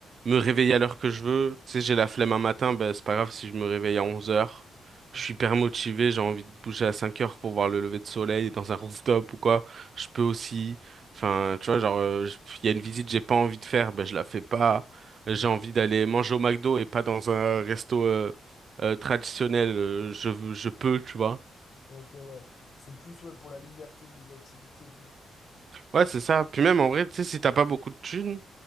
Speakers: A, on the right; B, on the left.
A: me réveiller à l'heure que je veux. Tu sais, j'ai la flemme un matin, ben, c'est pas grave si je me réveille à 11 heures.
B: ok,
A: Je suis hyper motivé, j'ai envie de bouger à 5 heures pour voir le lever de soleil dans un <laughs> rooftop ou quoi. Je peux aussi. Enfin, tu vois, genre, euh, je- il y a une visite que j'ai pas envie de faire, ben, je la fais pas. J'ai
B: ouais.
A: envie d'aller manger au McDo et pas dans un resto euh, euh, traditionnel. euh, je, veux- je peux, tu vois.
B: ok, ouais. C'est plus, ouais, pour la liberté des activités et tout.
A: Ouais, c'est ça. Puis même, en vrai, tu sais, si t'as pas beaucoup de thunes.